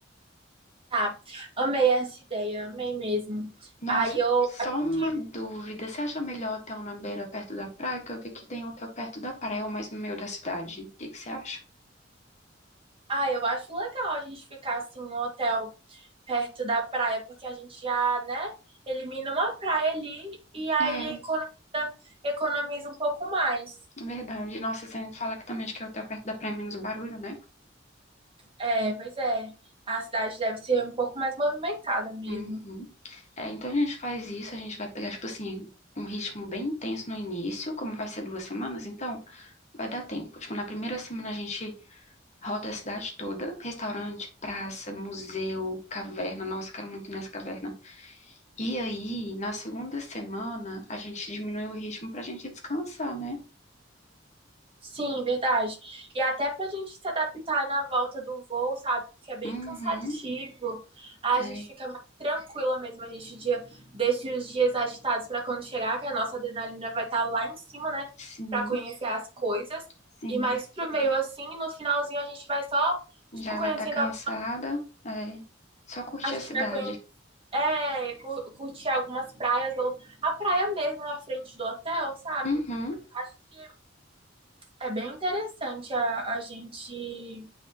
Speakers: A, on the right; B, on the left.
A: Tá, amei essa ideia, amei mesmo.
B: Nossa,
A: Aí eu,
B: só uma
A: tipo,
B: dúvida. Você acha melhor hotel na beira, perto da praia? Que eu vi que tem hotel perto da praia, ou mais no meio da cidade. O que que você acha?
A: ah, eu acho legal a gente ficar assim no hotel perto da praia, porque a gente já, né, elimina uma praia ali e aí
B: É,
A: economiza, economiza um pouco mais.
B: é verdade. Nossa, sem falar que também acho que é hotel perto da praia é menos barulho, né?
A: É, pois é. A cidade deve ser um pouco mais movimentada mesmo.
B: Uhum. É, então a gente faz isso, a gente vai pegar, tipo assim, um ritmo bem intenso no início, como vai ser duas semanas, então vai dar tempo. Tipo, na primeira semana a gente roda a cidade toda, restaurante, praça, museu, caverna. Nossa, quero muito ir nessa caverna. E aí, na segunda semana, a gente diminui o ritmo pra gente descansar, né?
A: Sim, verdade. E até para a gente se adaptar na volta do voo, sabe? Porque é bem
B: Uhum,
A: cansativo. A
B: é,
A: gente fica mais tranquila mesmo. A gente dia- deixa os dias agitados para quando chegar, que a nossa adrenalina vai estar lá em cima, né?
B: sim,
A: Para conhecer as coisas.
B: sim.
A: E mais pro meio assim, no finalzinho a gente vai só,
B: Já
A: tipo, conhecendo.
B: vai estar cansada,
A: al-
B: é, só curtir
A: A gente
B: a cidade.
A: vai conhecer, é, cu- curtir algumas praias ou a praia mesmo na frente do hotel, sabe?
B: Uhum.
A: Acho que é bem interessante a, a gente